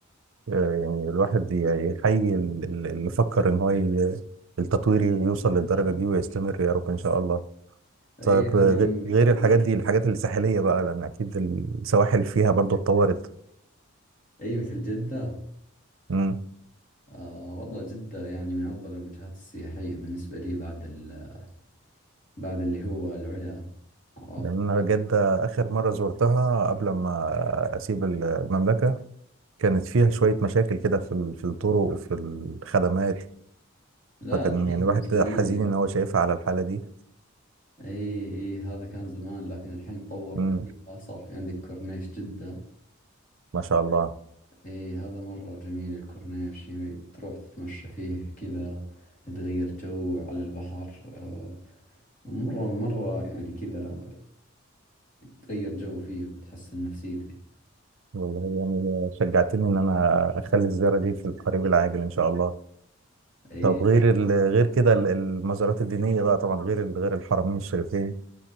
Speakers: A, on the right (about 70°); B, on the left (about 40°).
A: آه، يعني الواحد ي- يحيي ال- ال- اللي فكر إن هو ي- التطوير يوصل للدرجة دي ويستمر يا رب إن شاء الله
B: اي
A: طيب
B: هذه
A: آه، غ-
B: من
A: غير الحاجات
B: من-
A: دي الحاجات الساحلية بقى لأن أكيد السواحل فيها برضو اتطورت
B: اي مثل جدة
A: مم.
B: آه والله جدة يعني من أفضل الوجهات السياحية بالنسبة لي بعد ال... بعد اللي هو العلا عرفت
A: لأن أنا جدة آخر مرة زرتها قبل ما أسيب ال- المملكة كانت فيها شوية مشاكل كده في ال- في الطرق وفي الخدمات
B: لا
A: فكان
B: الحين
A: يعني الواحد
B: مسويين
A: كده حزين
B: لك
A: إن هو شايفها على الحالة دي
B: اي اي هذا كان زمان لكن الحين طوروا
A: مم.
B: فيها صار في عندك كورنيش جدة
A: ما شاء الله
B: اي هذا مرة جميل الكورنيش يعني تروح تتمشى فيه كذا تغير جو على البحر آه مرة مرة يعني كذا تغير جو فيه وتحسن نفسيتك
A: والله يعني شجعتني إن أنا أخلي الزيارة دي في القريب العاجل إن شاء الله
B: اي
A: طب غير ال- غير كده ال- المزارات الدينية بقى طبعا غير ال- غير الحرمين الشريفين